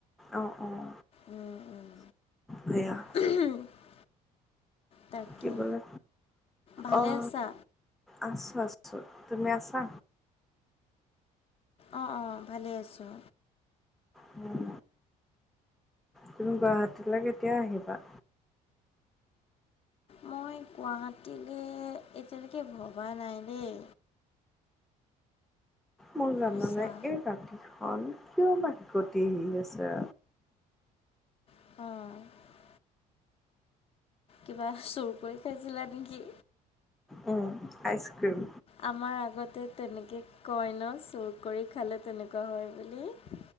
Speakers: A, in the centre; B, on the left.
A: অঁ অঁ
B: উম উম
A: সেয়া।
B: <unintelligible> তাকে
A: কি বোলে,
B: ভালে
A: অঁ
B: আছা
A: আছো আছো তুমি আছা?
B: অঁ অঁ ভালে আছোঁ।
A: উম। তুমি গুৱাহাটীলৈ কেতিয়া আহিবা?
B: মই গুৱাহাটীলে এতিয়ালৈকে ভবা নাই দেই।
A: মোৰ জানা
B: আচ্ছা
A: নাই এই ৰাতিখন কিয় বা হিকটি আহি আছে।
B: অৱ। কিবা চুৰ কৰি খাইছিলা নেকি?
A: উম। Ice cream.
B: আমাৰ আগতে তেনেকে কয় ন চুৰ কৰি খালে তেনেকুৱা হয় বুলি।